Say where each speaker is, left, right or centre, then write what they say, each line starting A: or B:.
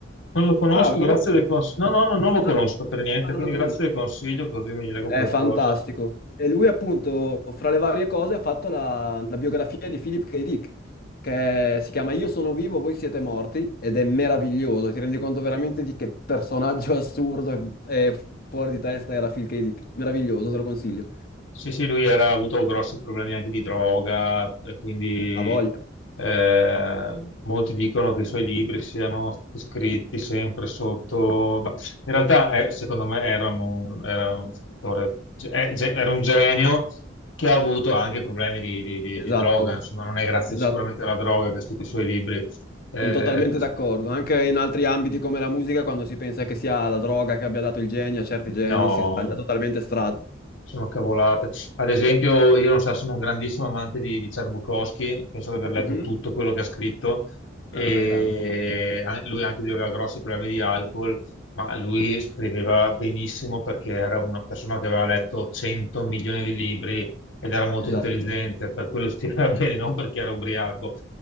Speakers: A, on the left (about 80°); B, on the left (about 50°).
A: non lo conosco,
B: Ah, lo
A: grazie
B: conosco.
A: del consiglio. No, no, no, non lo conosco
B: Ah,
A: per niente,
B: ah, non
A: quindi
B: lo conosco.
A: grazie del consiglio, così mi leggo
B: È
A: qualcosa.
B: fantastico. E lui, appunto, fra le varie cose, ha fatto la, la biografia di Philip K. Dick, che si chiama Io sono vivo, voi siete morti, ed è meraviglioso. Ti rendi conto veramente di che personaggio <laughs> assurdo e, e fuori di testa era Phil K. Dick. Meraviglioso, te lo consiglio.
A: Sì, sì, lui era, ha avuto grossi problemi anche di droga, e quindi
B: Ha voglia.
A: eh, molti dicono che i suoi libri siano stati scritti sempre sotto... ma In realtà, eh, secondo me, era un, era un scrittore, ge- eh, ge- era un genio che ha avuto anche problemi di, di- di- di
B: Esatto,
A: droga, insomma, non è grazie
B: esatto.
A: sicuramente alla droga che ha scritto i suoi libri. Eh,
B: Sono totalmente
A: ecco,
B: d'accordo. Anche in altri ambiti come la musica, quando si pensa che sia la droga che abbia dato il genio a certi geni,
A: No,
B: si sbaglia totalmente strada.
A: sono cavolate. Ad esempio, io non so, sono un grandissimo amante di, di Ciarbucoschi, penso di aver letto
B: Mhm.
A: tutto quello che ha scritto, e
B: <laughs> Ah, grande.
A: an- lui anche lui aveva grossi problemi di alcol, ma lui scriveva benissimo perché era una persona che aveva letto 100 milioni di libri ed era molto
B: Esatto.
A: intelligente, per quello scriveva <laughs> bene, non perché era ubriaco.